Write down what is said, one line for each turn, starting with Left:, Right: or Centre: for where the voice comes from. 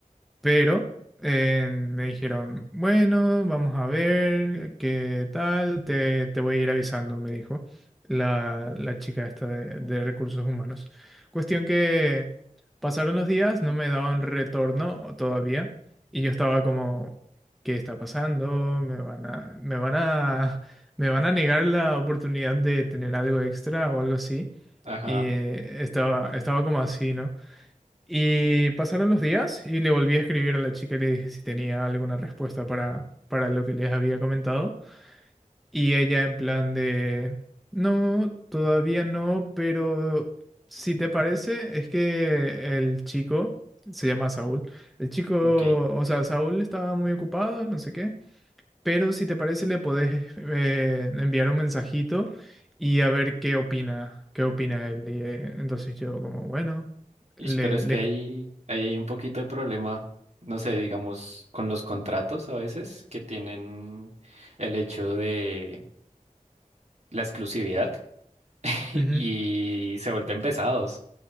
Centre: Pero eh, me dijeron, bueno, vamos a ver qué tal, te, te voy a ir avisando, me dijo la, la chica esta de, de recursos humanos. Cuestión que pasaron los días, no me daban retorno todavía y yo estaba como, ¿qué está pasando? ¿Me van a, me van a, <laughs> me van a negar la oportunidad de tener algo extra o algo así?
Right: Ajá,
Centre: Y eh, estaba, estaba como así, ¿no? Y pasaron los días y le volví a escribir a la chica y le dije si tenía alguna respuesta para, para lo que les había comentado. Y ella en plan de, no, todavía no, pero si te parece, es que el chico, se llama Saúl, el chico,
Right: ok.
Centre: o sea, Saúl estaba muy ocupado, no sé qué, pero si te parece le podés eh, enviar un mensajito y a ver qué opina, qué opina él. Y, eh, entonces yo como, bueno,
Right: Ish,
Centre: le...
Right: Pero es
Centre: le
Right: que hay, hay un poquito de problema, no sé, digamos, con los contratos a veces que tienen el hecho de la exclusividad <laughs> y
Centre: Ujú.
Right: se vuelven pesados.